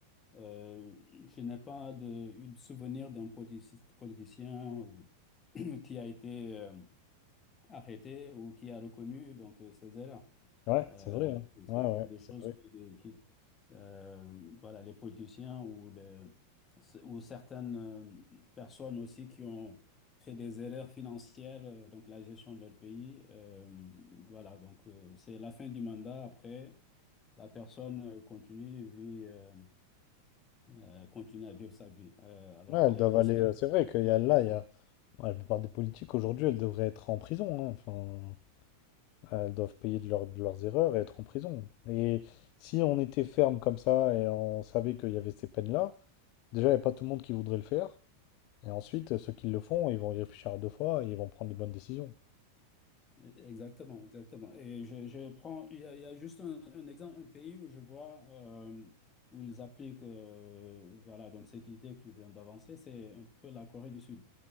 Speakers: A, on the left; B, on the left.
A: euh, je n'ai pas de, eu de souvenir d'un polici- politicien ou- <clears throat> qui a été euh, arrêté ou qui a reconnu donc euh, ses erreurs.
B: Ouais,
A: Euh,
B: c'est vrai. hein.
A: c'est
B: Ouais, ouais,
A: c'est des
B: c'est
A: choses
B: vrai.
A: qui, qui- euh, voilà, les politiciens ou, les, ou certaines euh, personnes aussi qui ont fait des erreurs financières, euh, donc la gestion de leur pays. euh, voilà, donc euh, c'est la fin du mandat. Après, la personne euh, continue, vit, euh, euh, continue à vivre sa vie. Euh, alors
B: Ouais, elles
A: que les
B: doivent
A: conséquences...
B: aller. euh, C'est vrai qu'il y a là, il y a. ouais, la plupart des politiques aujourd'hui, elles devraient être en prison. hein. Enfin, elles doivent payer de, leur- de leurs erreurs et être en prison. Et si on était ferme comme ça et on savait qu'il y avait ces peines-là, déjà, il n'y a pas tout le monde qui voudrait le faire. Et ensuite, ceux qui le font, ils vont y réfléchir à deux fois et ils vont prendre les bonnes décisions.
A: Exactement, exactement. Et je, je prends, il y a, il y a juste un, un exemple, un pays où je vois euh, où ils appliquent, euh, voilà, donc cette idée que tu viens d'avancer, c'est un peu la Corée du Sud,